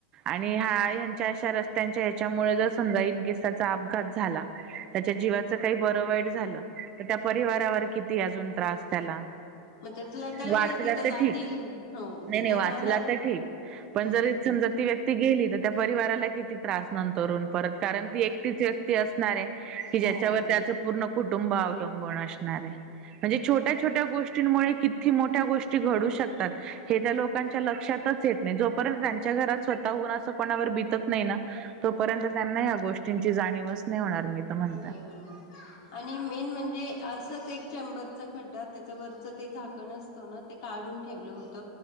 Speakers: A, on the right (about 35°); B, on the left (about 65°).
A: आणि हा ह्यांच्या अशा रस्त्यांच्या ह्याच्यामुळे जर समजा इन केस त्याचा अपघात झाला. त्याच्या जीवाचं काही बरं वाईट झालं. तर त्या परिवारावर किती अजून त्रास त्याला?
B: मग त्याला
A: वाचला
B: काय तिथं
A: तर
B: जातील
A: ठीक.
B: हो
A: नाही
B: तिथं
A: नाही वाचला
B: जाणार
A: तर ठीक
B: हम्म
A: पण जर समजा, ती व्यक्ती गेली. त्या परिवाराला किती त्रास नंतर? परत कारण ती एकटीच व्यक्ती असणार आहे की
B: हो
A: ज्याच्यावर त्याचं पूर्ण कुटुंब अवलंबून बळ असणार आहे. छोट्या छोट्या गोष्टींमुळे मोठ्या गोष्टी घडू शकतात. हे त्या लोकांच्या लक्षातच येत नाही. जोपर्यंत त्यांच्या घरात स्वतः कोणाच कोणावर बीतत नाही ना तोपर्यंत त्यांना या गोष्टींची जाणीवच नाही होणार मी तर म्हणते.
B: नाही म्हणणार आणि मेन म्हणजे असच एक चेंबरचा खड्डा त्याच वरचं ते झाकण असतो ना.. ते काढून ठेवलं होत